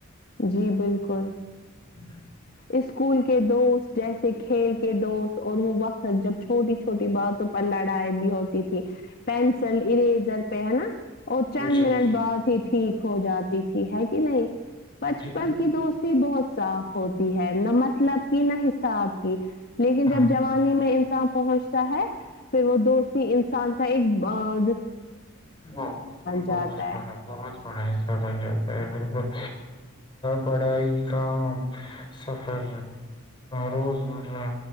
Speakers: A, on the left; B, on the left.
A: جی بالکل
B: ہ
A: اسکول کے دوست جیسے کھیل کے دوست اور وہ وہ جب چھوٹی چھوٹی باتوں پر لڑائی بھی ہوتی تھی پینسل اریز پہ ہے نا اور چند
B: جی
A: منٹ
B: جی
A: بعد ہی ٹھیک ہو جاتی تھی ہے کہ کہ نہیں بچپن
B: جی
A: کی دوستی بہت صاف ہوتی ہے نہ مطلب نب کی نہ حساب لیکن
B: ہاں
A: جب جوانی میں انصاف اہش ہے پھر وہ دوستی انسان کا ایک ب
B: ب ب
A: جاتا ہے۔
B: بہت بڑا حصہ بن جاتا ہے بکل بڑائی کام سفر روزمرہ